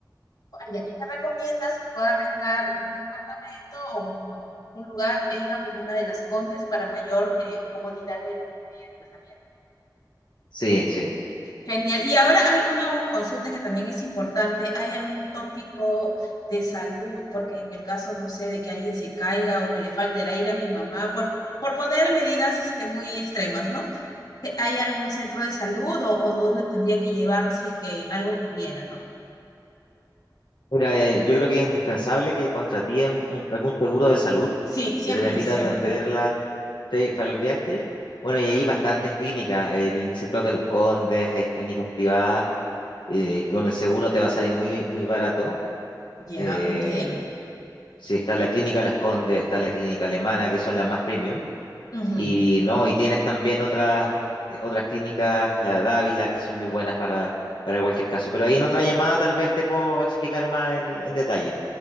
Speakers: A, on the left; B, on the left.
A: Allá. Y me recomiendas que pueda rentar un departamento o, bueno, un lugar en la comuna de Las Condes para mayor eh, comodidad de la- de desplazamiento.
B: sí, sí.
A: Genial. Y ahora alguna consulta que también es importante. ¿Hay algún tópico de salud? Porque en el caso, no sé, de que alguien se caiga o que le falte el aire a mi mamá, por, por poner medidas este, muy extremas, ¿no? ¿Hay algún centro de salud o, o dónde tendría que llevarlo si es que algo ocurriera, ¿no?
B: Mira, eh, yo creo que es indispensable que contratíen un- algún seguro de salud
A: Sí, siempre,
B: que te permita
A: siempre.
B: atenderla sí, para el viaje. Bueno, y hay bastantes clínicas, en el sector de Los Condes hay clínicas privadas, eh, con el seguro te va a salir muy, muy barato.
A: Ya,
B: eh,
A: ok.
B: Sí, está la Clínica Las Condes, está la Clínica Alemana, que son las más premium.
A: Ujú.
B: Y no, y tienes también otras, eh, otras clínicas, la Dávila, que son muy buenas para, para cualquier caso. Pero ahí en otra llamada tal vez te puedo explicar más el- en detalle.